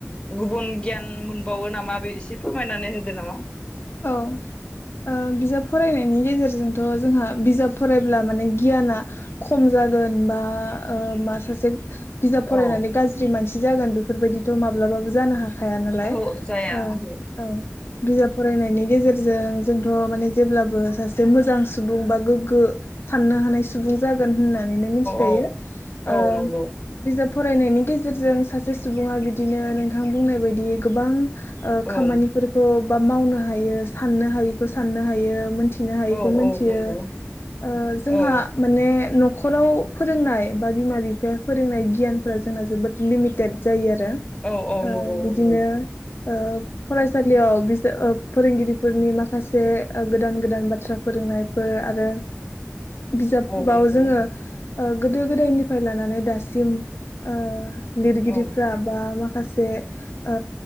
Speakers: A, on the left; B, on the left.
A: गुबुन गियान मोनबावो नामा बे एसे फोरमायनानै होदो नामा
B: औ ओ बिजाब फरायनायनि गेजेरजोंथ' जोंहा बिजाब फरायब्ला माने गियाना खम जागोन बा ओ मा सासे बिजाब फरायनानै
A: औ
B: गाज्रि मान सि जागोन बेफोरबायदिथ' माब्लाबाबो जानो हाखा या नालाय
A: ओहो जाया
B: ओ
A: ओहो
B: औ बिजाब नायनि गेजेरजों जोंथ' माने जेब्लाबो सासे मोजां सुबुं बा गोग्गो साननो हानाय सुबुं जा गोन होननानै मिनथिखायो
A: औ औ
B: ओ
A: नंगौ
B: बिजाब फरायनायनि गेजेरजों सासे सुबुङा बिदिनो नोंथां बुंनाय बायदि गोबां ओ खामानिफोरखौ
A: औ
B: बा मावनो हायो, साननो हायिखौ साननो हायो, मोन थिनो हायैखौ
A: औ
B: मिथियो।
A: औ नंगौ
B: ओ जोंहा
A: औ
B: माने न' खराव फोरोंनाय बा बिमा बिफाया फोरोंनाय गियानफोरा जोंना जोबोद लिमिटेड जायो आरो
A: औ औ
B: ओ
A: नंगौ
B: बिदिनो
A: नंगौ।
B: ओ फरायसालियाव बिस ओ फोरोंगिरिफोरनि माखासे ओ गोदान गोदान बाथ्रा फोरोंनायफोर आरो बिजाबाव
A: औ नंगौ
B: जोङो ओ गोदो गोदायनिफ्राय लानानै दासिम ओ लिरगिरिफ्रा
A: औ
B: बा मा खासे ओ